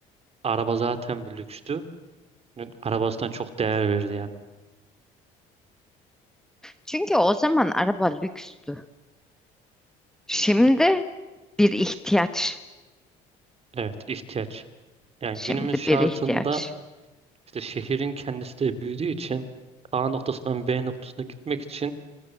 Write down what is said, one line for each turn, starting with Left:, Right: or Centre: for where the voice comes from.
Right: araba zaten bir lükstü. Arabasına çok değer verdi yani.
Centre: Çünkü o zaman araba lükstü. Şimdi bir ihtiyaç.
Right: Evet, ihtiyaç. Yani
Centre: Şimdi
Right: günümüz şartında
Centre: bir ihtiyaç.
Right: işte şehrin kendisi de büyüdüğü için A noktasından B noktasına gitmek için